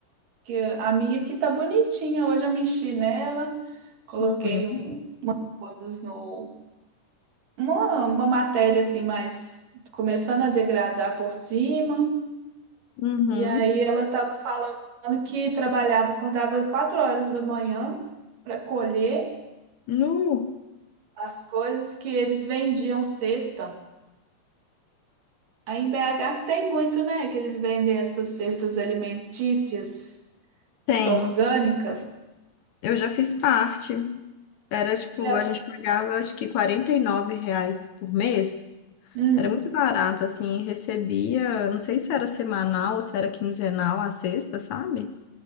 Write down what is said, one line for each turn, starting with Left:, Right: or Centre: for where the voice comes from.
Right: que a minha aqui tá bonitinha. Hoje eu mexi nela, coloquei
Left: uhum,
Right: um coisas no uma, uma matéria assim, mas começando a degradar por cima.
Left: uhum.
Right: E aí ela estava falando que trabalhava, acordava quatro horas da manhã para colher
Left: Nu,
Right: as coisas que eles vendiam cesta. Aí em BH que tem muito, né? Que eles vendem essas cestas alimentícias
Left: tem.
Right: orgânicas.
Left: Eu já fiz parte. Era tipo,
Right: E a-
Left: a gente pagava acho que 49 reais por mês.
Right: hum,
Left: Era muito barato, assim, recebia, não sei se era semanal ou se era quinzenal a sexta, sabe?